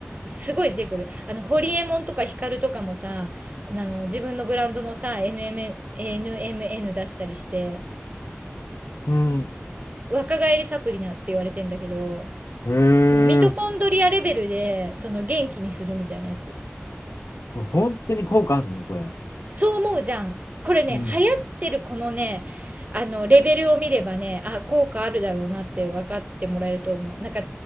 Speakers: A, on the right; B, on the left.
A: すごい出てくる。あの、ホリエモンとかヒカルとかもさ、あの、自分のブランドのさ、NM、NMN 出したりして、
B: うん。
A: 若返りサプリなって言われてんだけど、
B: へえ。
A: そのミトコンドリアレベルで、その元気にするみたいなやつ。
B: これ本当に効果あんのこれ。
A: そう思うじゃん。これね、
B: うん。
A: 流行ってるこのね、あの、レベルを見ればね、あ、効果あるだろうなって分かってもらえると思う。なんかあ